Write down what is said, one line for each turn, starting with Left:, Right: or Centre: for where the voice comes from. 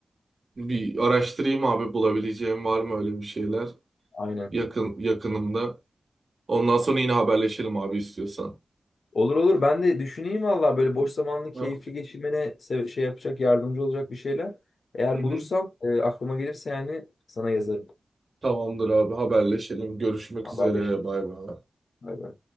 Right: Bir araştırayım abi bulabileceğim var mı öyle bir şeyler
Left: Aynen.
Right: yakın yakınımda. Ondan sonra yine haberleşelim abi istiyorsan.
Left: Olur olur. Ben de düşüneyim valla böyle boş zamanlı keyifli
Right: Ha?
Left: geçirmene se- şey yapacak, yardımcı olacak bir şeyler. Eğer
Right: Hı hı.
Left: bulursam e, aklıma gelirse yani sana yazarım.
Right: Tamamdır abi haberleşelim. Görüşmek
Left: Haberleşiriz.
Right: üzere. Bay bay.
Left: Bay bay.